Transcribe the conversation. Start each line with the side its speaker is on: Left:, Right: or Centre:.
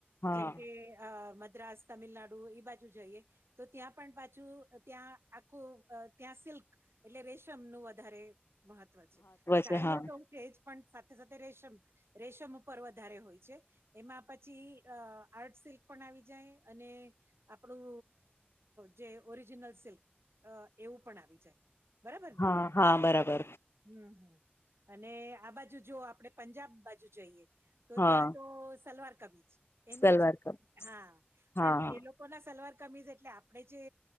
Left: હા
Right: જેમ કે અ મદ્રાસ તમિલનાડુ એ બાજુ જઈએ, તો ત્યાં પણ પાછું ત્યાં આખું ત્યાં સિલ્ક એટલે રેશમ નું વધારે મહત્વ છે,
Left: છે
Right: સાડીયો
Left: હા
Right: ઓ તો હ છેજ પણ સાથે સાથે રશેમ રેશમ ઉપર વધારે હોય છે, એમાં પછી અ આર્ટ સિલ્ક પણ આવી જાય અને આપડું જે ઓરિજનલ સિલ્ક અ એવું પણ આવી જાય, બરાબર
Left: હા
Right: ને?
Left: હા બરાબર
Right: હમ હમ અને આ બાજુ જો આપડે પંજાબ બાજુ જઈએ તો
Left: હા
Right: ત્યાં તો સલવાર કબીજ એનું
Left: સલવાર
Right: જ
Left: કટ
Right: હા પણ
Left: હા હા
Right: એ લોકો કો ના સલવાર કમીજ એટલે આપણેે જે